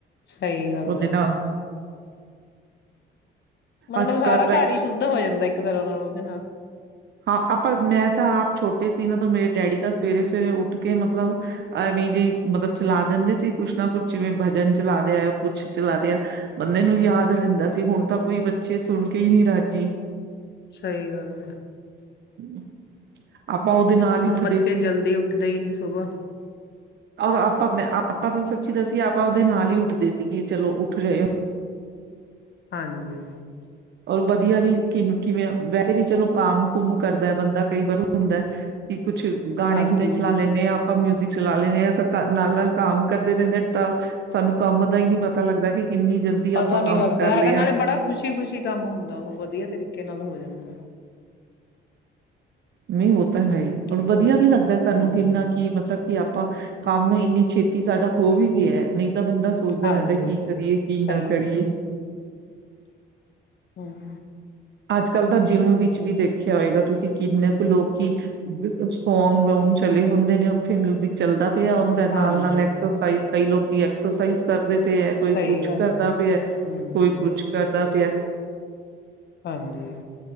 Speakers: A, on the left; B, on the right.
A: ਸਹੀ ਗੱਲ
B: ਉਹਦੇ
A: ਆ।
B: ਨਾਲ
A: ਮਤਲਬ
B: ਅੱਜ
A: ਸਾਰਾ
B: ਕੱਲ
A: ਘਰ ਹੀ ਸ਼ੁੱਧ ਹੋ ਜਾਂਦਾ ਇੱਕ ਤਰ੍ਹਾਂ ਨਾਲ ਉਹਦੇ ਨਾਲ
B: ਹਾਂ ਆਪਾਂ ਮੈਂ ਤਾਂ ਆਪ ਛੋਟੇ ਸੀ ਨਾ ਤੋਂ ਮੇਰੇ ਡੈਡੀ ਦਾ ਸਵੇਰੇ ਸਵੇਰੇ ਉੱਠ ਕੇ ਮਤਲਬ, ਐਵੇਂ ਜੇ, ਮਤਲਬ ਚਲਾ ਦਿੰਦੇ ਸੀ ਕੁਛ ਨਾ ਕੁਛ, ਜਿਵੇਂ ਭਜਨ ਚਲਾ ਰਿਆ ਕੁਛ ਚਲਾ ਰਿਆ ਬੰਦੇ ਨੂੰ ਯਾਦ ਰਹਿੰਦਾ ਸੀ ਹੁਣ ਤਾਂ ਕੋਈ ਬੱਚੇ ਸੁਣ ਕੇ ਹੀ ਨੀ ਰਾਜੀ,
A: ਸਹੀ ਗੱਲ, ਹੈ,
B: ਹਮ <unintelligible> ਆਪਾਂ ਉਹਦੇ ਨਾਲ ਹੀ
A: ਹੁਣ
B: ਉਠਦੇ
A: ਬੱਚੇ
B: ਸੀ,
A: ਜਲਦੀ ਉੱਠਦੇ ਹੀ ਨਹੀਂ ਸੁਬਾਹ,
B: ਔਰ ਆਪਾਂ ਮੈ ਆਪਾਂ ਤੋਂ ਜਦੋ ਸੀ ਆਪਾਂ ਉਹਦੇ ਨਾਲ ਹੀ ਉੱਠਦੇ ਸੀਗੇ ਚਲੋ ਉ ਜਾ
A: ਹਾਂਜੀ।
B: ਰ ਬ <inaudible> ਵ ਵੀ ਕਿਨੂੰ ਕਿਵੇਂ ਵੈਸੇ ਵੀ ਚਲੋ, ਕਾਮ ਕੁੁੰਮ ਕਰਦਾ ਬੰਦਾ ਕਈ ਵਾਰ ਹੁੰਦਾ ਠੀਕ ਕੁਛ ਗਾਣੇ
A: ਹਾਂਜੀ।
B: ਗੁਣੇ ਚਲਾ ਲੈਂਦੇ ਹਾਂ ਆਪਾਂ ਮਿਊਜਿਕ ਚਲਾ ਲੈਂਦੇ ਹਾਂ ਤਾਂ ਨਾਲ ਨਾਲ ਕੰਮ ਕਰਦੇ ਰਹਿੰਦੇ ਤਾਂ ਸਾਨੂੰ ਕੰਮ ਦਾ ਹੀ ਨਹੀਂ ਪਤਾ ਲੱਗਦਾ ਕਿ ਕਿੰਨੀ ਜਲਦੀ
A: ਪਤਾ
B: ਆਪਾਂ
A: ਨੀ
B: ਕੰਮ
A: ਲੱਗਦਾ
B: ਕਰ
A: ਹੈਗਾ
B: ਲਿਆ
A: ਨਾਲੇ ਬੜਾ ਖੁਸ਼ੀ ਖੁਸ਼ੀ ਕੰਮ ਹੁੰਦਾ ਉਹ ਵਧੀਆ ਤਰੀਕੇ ਨਾਲ ਹੋ ਜਾਂਦਾ
B: ਨਹੀਂ ਉਹ ਤਾਂ ਹੈ ਹੀ ਔਰ
A: ਇਹ
B: ਵਧੀਆ
A: ਤਾਂ
B: ਵੀ ਲੱਗਦਾ ਸਾਨੂੰ
A: ਹੂੰ,
B: ਕਿ ਇੰਨਾ ਕਿ ਮਤਲਬ ਕਿ ਆਪਾਂ ਕੰਮ ਇੰਨੀ ਛੇਤੀ ਸਾਡਾ ਹੋ ਵੀ ਗਿਆ ਨਹੀਂ ਤਾਂ ਬੰਦਾ ਸੋਚਦਾ
A: ਹਾਂਜੀ,
B: ਰਹਿੰਦਾ ਕੀ ਕਰੀਏ ਕੀ
A: ਸਹੀ
B: ਨਾ ਕਰੀਏ
A: ਗੱਲ ਹਮ
B: ਅੱਜ ਕੱਲ ਤਾਂ ਜਿੰਮ ਵਿੱਚ ਵੀ ਦੇਖਿਆ ਹੋਏਗਾ ਤੁਸੀਂ ਕਿੰਨੇ ਲੋਕੀ ਸੌਂਗ ਵੋਂਂਗ ਚਲੇ ਹੁੰਦੇ ਨੇ ਉੱਥੇ ਮਿਊਜਿਕ ਚੱਲਦਾ ਵਧੀਆ ਹੁੰਦਾ
A: ਹਾਂਜੀ।
B: ਨਾਲ ਨਾਲ ਐਕਸਰਸਾਈਜ਼ ਕਈ ਲੋਕ ਐਕਸਰਸਾਈਜ਼ ਕਰ ਕਰਦੇ ਪਏ ਹੈ ਕੋਈ
A: ਸਹੀ
B: ਕੁਛ
A: ਗੱਲ
B: ਕਰਦਾ
A: ਹੈ
B: ਪਿਆ
A: ਹਮ
B: ਕੋਈ ਕੁਛ ਕਰਦਾ ਪਿਆ
A: ਹਾਂਜੀ